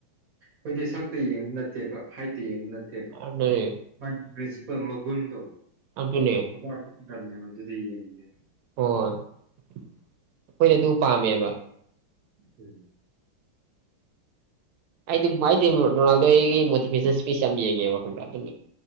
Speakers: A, on the right; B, on the right.
A: ꯑꯩꯣꯏꯗꯤ ꯁꯛꯇ ꯌꯦꯡꯕ ꯅꯠꯇꯦꯕ ꯍꯥꯏꯠꯇ ꯌꯦꯡꯕ ꯅꯠꯇꯦ ꯠꯇꯕ
B: ꯑꯗꯨꯅꯦ
A: ꯃꯥꯒꯤ ꯄ꯭ꯔꯤꯟꯁꯤꯄꯥꯜ ꯃꯒꯨꯟꯗꯣ
B: ꯑꯗꯨꯅꯦ
A: ꯃꯕꯅꯦ ꯑꯗꯨꯗ ꯌꯦꯡꯗꯦꯅ
B: ꯍꯣꯏ ꯑꯩꯈꯣꯏꯅ ꯑꯗꯨ ꯄꯥꯝꯃꯦꯕ
A: ꯎꯝ
B: ꯑꯩꯗꯤ ꯍꯥꯏꯗꯤ ꯔꯣꯅꯥꯜꯗꯣꯒꯤ ꯃꯣꯇꯤꯚꯦꯁꯟ ꯏꯁꯄꯤꯆ ꯌꯥꯝ ꯌꯦꯡꯉꯦ ꯋꯥꯈꯐꯝꯗ ꯑꯗꯨꯝ